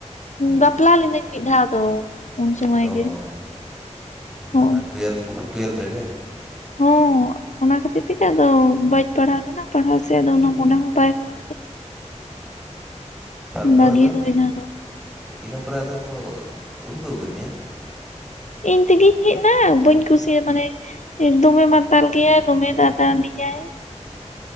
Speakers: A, on the left; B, in the centre.
A: ᱵᱟᱯᱞᱟ ᱞᱤᱱᱟᱹᱧ ᱢᱤᱫ ᱫᱷᱟᱣ ᱫᱚ ᱩᱱ ᱥᱚᱢᱚᱭ
B: ᱚ
A: ᱜᱮ
B: ᱦᱚᱸ ᱢᱟᱱᱮ
A: ᱦᱚᱸ
B: ᱚᱱᱟ ᱴᱩᱭᱮᱞᱵᱷ ᱴᱩᱭᱮᱞᱵᱷ ᱨᱮᱜᱮ
A: ᱦᱚᱸ ᱚᱱᱟ ᱠᱷᱟᱹᱛᱤᱨ ᱛᱮᱜᱮ ᱟᱫᱚ ᱵᱟᱹᱧ ᱯᱟᱲᱦᱟᱣ ᱞᱮᱱᱟ ᱯᱟᱲᱦᱟᱣ ᱥᱮᱫ ᱟᱫᱚ ᱚᱱᱟ ᱚᱱᱟ ᱦᱚᱸ ᱵᱟᱭ ᱠᱚ <unintelligible>
B: ᱛᱟᱨᱯᱚᱨ
A: ᱵᱟᱹᱜᱤ
B: ᱟᱫᱚ
A: ᱦᱩᱭᱱᱟ ᱟᱫᱚ
B: ᱤᱱᱟᱹ ᱯᱚᱨᱮ ᱟᱫᱚ ᱠᱚ ᱩᱰᱩᱠ ᱟᱹᱜᱩ ᱠᱮᱫ ᱢᱮᱭᱟ ᱾
A: ᱤᱧ ᱛᱮᱜᱮᱧ ᱦᱮᱡ ᱮᱱᱟ ᱵᱟᱹᱧ ᱠᱩᱥᱤᱭᱟᱜᱼᱟ ᱢᱟᱱᱮ ᱫᱚᱢᱮ ᱢᱟᱛᱟᱞ ᱜᱮᱭᱟᱭ ᱫᱚᱢᱮᱭ ᱫᱟᱫᱟᱞᱤᱧᱟᱭ